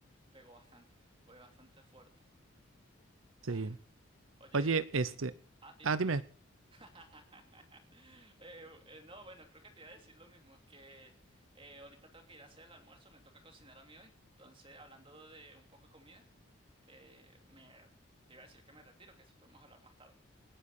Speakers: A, on the right; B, on the right.
A: pegó bastante, fue bastante fuerte.
B: Sí.
A: Ah, oye,
B: Oye, este,
A: ah, dime.
B: ah, dime.
A: <laughs> Eh, eh, no, bueno, creo que te iba a decir lo mismo, que eh, ahorita tengo que ir a hacer el almuerzo, me toca cocinar a mí hoy. Entonces, hablando de un poco de comida. Eh, me, te iba a decir que me retiro, que si podemos hablar más tarde.